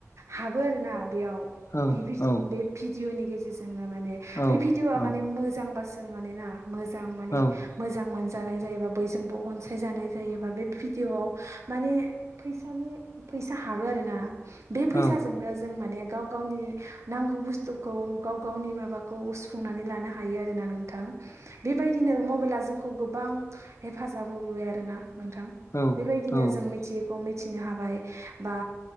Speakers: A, on the right; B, on the left.
A: हाबो आरोना बेयाव
B: औ
A: बे
B: औ
A: भिडिअ'नि गेजेरजोंनो माने
B: औ
A: बे भिडिअ'आ
B: औ
A: माने मोजांबासो। मानेना मोजां माने
B: औ
A: मोजां मोन जानाय जायोबा बयजोंबो अनसायजानाय जायोबा बे भिडिअ आ माने फैसानि फैसा हाबो आरो ना बे फैसाजोंनो
B: औ
A: जों माने गाव गावनि नांगौ बुस्थुखौ गाव गावनि माबाखौ सुफुंनानै लानो हायो आरोना नोंथां बेबायदिनो मबाइला जोंखौ गोबां हेफाजाब होबोबाय आरोना। नोंथां
B: औ
A: बेबायदिनो
B: औ
A: जों मिथियि खौ मिथिनो हाबाय बा